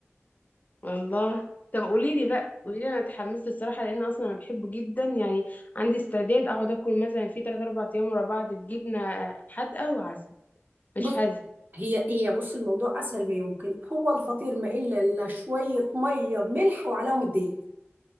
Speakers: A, on the left; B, on the right.
A: والله طب قولي لي بقى قولي لي انا اتحمست الصراحه لان اصلا انا بحبه جدا يعني عندي استعداد اقعد اكل مثلا في 3 4 ايام ورا بعض بجبنه حادقه وعسل مش
B: بص
A: هذا
B: هي هي بص الموضوع اسهل ما يمكن هو الفطير ما الا الا شويه ميه بملح وعليهم الدقيق